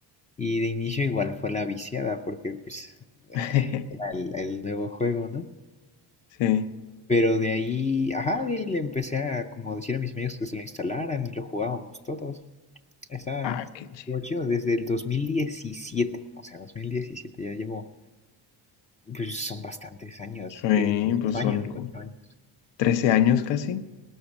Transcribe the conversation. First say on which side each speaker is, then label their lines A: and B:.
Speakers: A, on the left; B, on the left.
A: Y de inicio igual fue la viciada, porque pues eh,
B: <laughs>
A: era el, el nuevo juego, ¿no?
B: Sí.
A: Pero de ahí, ajá, de ahí le empecé a como decir a mis amigos que se lo instalaran y lo jugábamos todos. Estaba,
B: Ah, qué chido.
A: estuvo chido desde el 2017, o sea, 2017 ya llevo, pues son bastantes años,
B: Sí,
A: ¿qué? Ocho
B: pues son
A: años,
B: como
A: ocho años.
B: 13 años casi.